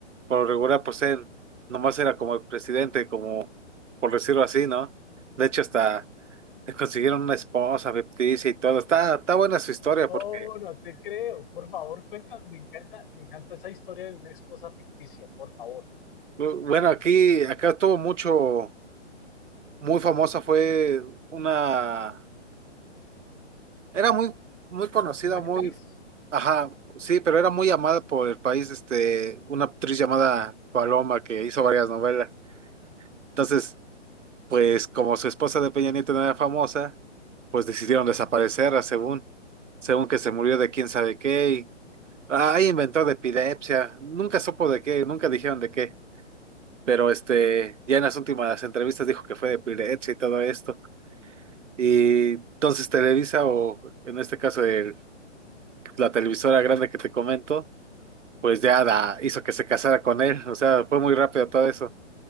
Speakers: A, on the right; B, on the left.
A: por lo regular, pues él nomás era como el presidente, como por decirlo así, ¿no? De hecho, hasta le consiguieron una esposa ficticia y todo. Está, está buena su historia
B: No,
A: porque,
B: no te creo. Por favor, cuenta. Me encanta, me encanta esa historia de una esposa ficticia. Por favor,
A: bu- bueno, aquí, acá estuvo mucho, muy famosa fue una, era muy, muy conocida,
B: una actriz
A: muy, ajá, sí, pero era muy amada por el país, este, una actriz llamada Paloma que hizo varias novelas. Entonces, Pues como su esposa de Peña Nieto no era famosa, pues decidieron desaparecerla según, según que se murió de quién sabe qué y ahí inventó de epilepsia, nunca supo de qué, nunca dijeron de qué, pero este, ya en las últimas entrevistas dijo que fue de epilepsia y todo esto. Y entonces Televisa o en este caso el- la televisora grande que te comento, pues ya la hizo que se casara con él, o sea, fue muy rápido todo eso.